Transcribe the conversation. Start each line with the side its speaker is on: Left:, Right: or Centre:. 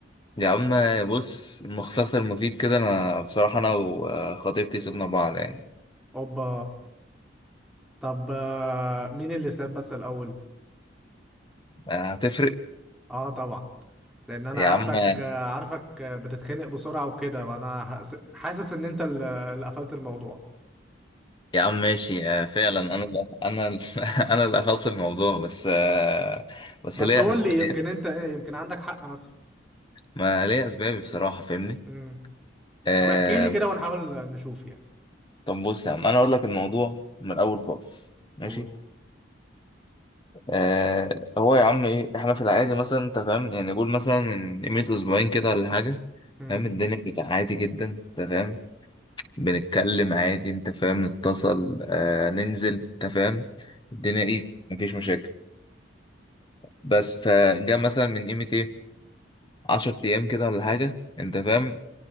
Left: يا عم آه، بص مختصر مفيد كده انا بصراحة انا وخطيبتي سيبنا بعض يعني
Centre: اوبا طب آه، مين اللي ساب بس الاول
Left: آه، هتفرق
Centre: اه طبعا لان انا
Left: يا
Centre: عارفك
Left: عم
Centre: آه، عارفك آه، بتتخنق بسرعة وكده انا حاسس ان انت ال- اللي قفلت الموضوع
Left: يا عم ماشي آه، فعلا انا اللي- انا اللي- <laughs> انا اللي قفلت الموضوع بس آه، بس
Centre: بس
Left: ليا
Centre: قول
Left: اسباب
Centre: لي يمكن انت ايه يمكن عندك حق مثلا
Left: ما ليا اسبابي بصراحة فاهمني
Centre: امم
Left: آه،
Centre: طب احكي لي كده ونحاول نشوف يعني
Left: طب بص يا عم انا اقول لك الموضوع من الاول خالص ماشي
Centre: قول
Left: آه هو يا عم ايه احنا في العادي مثلا انت فاهم يعني قول مثلا من قيمه اسبوعين كده ولا حاجه
Centre: امم
Left: فاهم الدنيا كانت عادي جدا انت فاهم بنتكلم عادي انت فاهم نتصل آه ننزل انت فاهم الدنيا ايزي مفيش مشاكل بس فجاء مثلا من قيمه ايه 10 ايام كده ولا حاجه انت فاهم